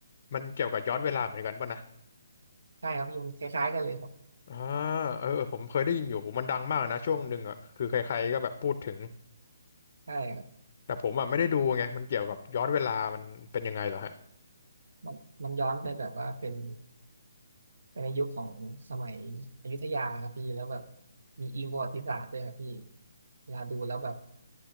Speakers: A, on the left; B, on the right.
A: มันเกี่ยวกับย้อนเวลาเหมือนกันป่ะนะ
B: ใช่ครับพี่มันคล้ายๆกันเลยครับ
A: อ่าเออเออผมเคยได้ยินอยู่มันดังมากนะช่วงหนึ่งอ่ะคือใครๆก็แบบพูดถึง
B: ใช่ครับ
A: แต่ผมอ่ะไม่ได้ดูไงมันเกี่ยวกับย้อนเวลามันเป็นยังไงเหรอฮะ
B: มันมันย้อนไปแบบว่าเป็นเป็นในยุคของสมัยอยุธยาครับพี่แล้วแบบมีอิงประวัติศาสตร์ด้วยครับพี่เวลาดูแล้วแบบ